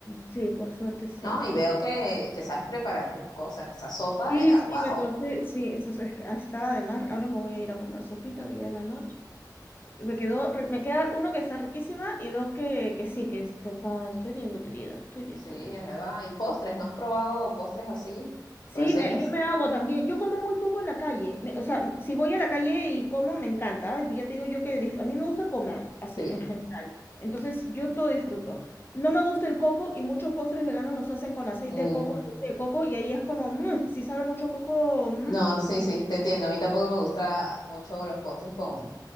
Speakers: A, on the left; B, on the left.
A: Sí, por suerte, sí.
B: No, y veo que, que sabes preparar tus cosas. Esa sopa
A: Sí,
B: era
A: sí,
B: wow.
A: me cosí, sí, eso es, es que ah, estaba Ahora me voy a ir a comer sopita, que ya es la noche. Me quedó, ri- me queda uno que está riquísima y dos que, que sí, que está, está- estoy bien nutrida. Estoy bien,
B: Sí,
A: estoy
B: es
A: bien.
B: verdad. ¿Y postres? ¿No has probado postres así?
A: Sí,
B: ¿Recetas?
A: me, yo me hago también. Yo como muy poco en la calle. me- o sea, si voy a la calle y como, me encanta. y Ya te digo yo que dif- a mí me gusta comer, así,
B: Sí.
A: en general. Entonces, yo todo disfruto. No me gusta el coco y muchos postres veganos los hacen con aceite
B: Mm,
A: de coco, leche de coco, y ahí es como, mmm, si sabe mucho a coco, mm,
B: no, sí, sí, te entiendo. A mí tampoco me gusta mucho los postres con,